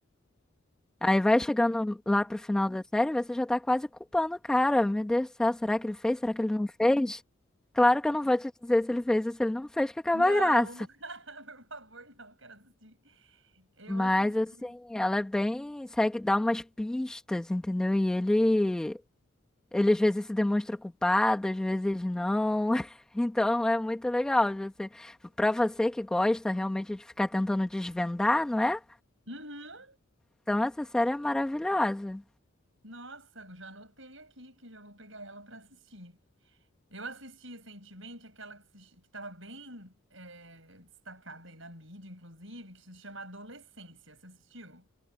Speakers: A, in the centre; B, on the right.
A: Aí vai chegando lá pro final da série, você já tá quase culpando o cara. Meu Deus do céu, será que ele fez? Será que ele não fez? Claro que eu não vou te dizer se ele fez ou se ele não fez, que acaba
B: Não,
A: a graça.
B: <laughs> por favor, não, quero assistir. Eu
A: Mas
B: assisti.
A: assim, ela é bem, segue, dá umas pistas, entendeu? E ele Ele às vezes se demonstra culpado, às vezes não. <laughs> Então é muito legal você, para você que gosta realmente de ficar tentando desvendar, não é?
B: Uhum.
A: Então essa série é maravilhosa.
B: Nossa, já anotei aqui que já vou pegar ela para assistir. Eu assisti recentemente aquela que estava bem eh, destacada aí na mídia, inclusive, que se chama Adolescência. Você assistiu?